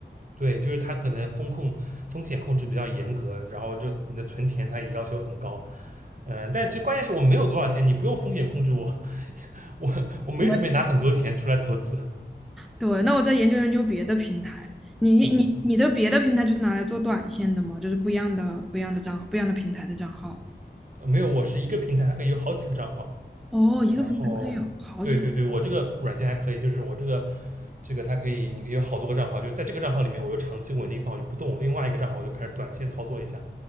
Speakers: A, on the right (about 45°); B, in the centre.
A: 对，就是它可能风控风险控制比较严格，然后就你的存钱它也要求很高。嗯，但其实关键是我没有多少钱，你不用风险控制我，我我没准备拿很多钱出来投资。
B: 我对，那我再研究研究别的平台。你你你的别的平台就是拿来做短线的吗？
A: 嗯，
B: 就是不一样的不一样的账号，不一样的平台的账号。
A: 没有，我是一个平台，它可以有好几个账号。
B: 哦，一个平台可以有好几个。
A: 然后，对对对，我这个软件还可以，就是我这个这个它可以，你可以有好多个账号，就是在这个账号里面，我就长期稳定放，我就不动；另外一个账号我就开始短线操作一下，